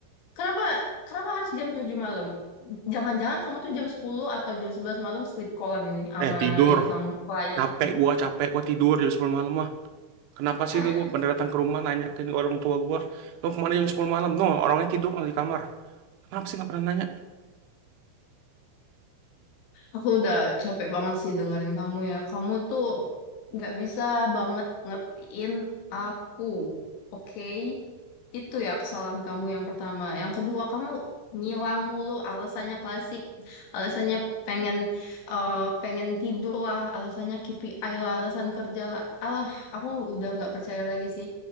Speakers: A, on the left (about 80°); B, on the right (about 80°).
A: Kenapa kenapa harus jam 7 malam? Jangan-jangan kamu tuh jam 10 atau jam 11 malam sleep callan ini sama
B: eh tidur
A: ini kamu, klien
B: capek
A: kamu.
B: gua capek gua tidur jam 10 malam mah kenapa sih
A: Ah,
B: lu bener datang ke rumah nanya ke orang tua gua lu kemana jam sepuluh malam no orangnya tidur di kamar kenapa sih nggak pernah nanya
A: aku udah capek banget sih dengerin kamu ya. Kamu tuh nggak bisa banget ngertiin aku, oke? Itu ya kesalahan kamu yang pertama. Yang kedua, kamu ngilang mulu alasannya klasik. Alasannya pengen eh, pengen tidur lah, alasannya KPI lah, alasan kerja lah. Alah, aku udah nggak percaya lagi sih.